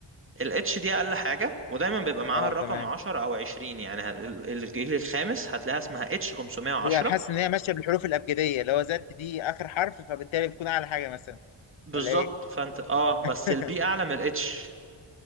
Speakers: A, on the right; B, on the left.
A: الاتش دي اقل حاجه ودايما بيبقى معاها
B: اه
A: الرقم
B: تمام
A: 10 او 20 يعني ه- ال- الجيل الخامس هتلاقيها اسمها اتش 510
B: يعني حاسس ان هي ماشيه بالحروف الابجديه اللي هو زد دي اخر حرف فبالتالي بتكون اعلى حاجه مثلا
A: بالظبط
B: ولا ايه
A: فانت اه
B: <laughs>
A: بس البي اعلى من الاتش